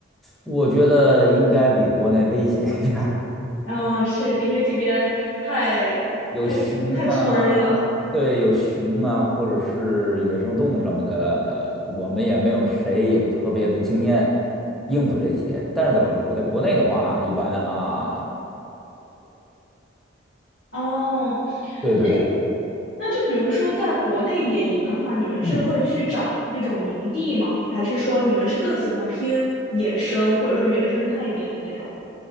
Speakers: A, in the centre; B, on the left.
A: 我觉得应该比国内危险一点。
B: 嗯、是因为这边儿太太太村儿了。
A: 有熊啊，对，有熊啊，或者是野生动物什么的，我们也没有谁有特别的经验应付这些。但是在我我在国内的话，一般啊，
B: 哦，
A: 对对对，
B: 哎，那就比如说在国内野营的话，你们是会去找那种营地吗？
A: 嗯。
B: 还是说你们是更喜欢偏野生或者说原生态一点的那种？